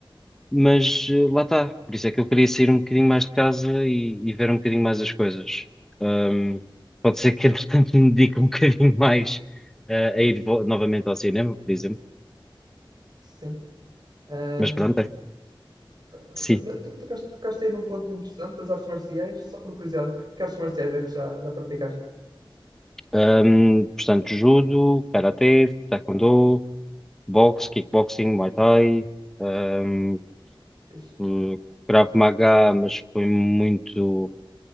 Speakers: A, in the centre; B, on the right.
A: mas eh, lá está. Por isso é que eu queria sair um bocadinho mais de casa e, e ver um bocadinho mais as coisas. Um, pode ser que, <laughs> entretanto, me dedique um bocadinho mais eh, a ir vo- novamente ao cinema, por exemplo,
B: Sim. Ahm,
A: mas pronto, é.
B: mas
A: Sim.
B: tu tocaste, tocaste aí num ponto interessante, as artes marciais, só por curiosidade, que artes marciais é que já, já praticaste?
A: Um, portanto, judo, karatê, taekwondo, boxe, kickboxing, muay thai, um,
B: Fixe,
A: eh, Krav Maga, mas foi muito,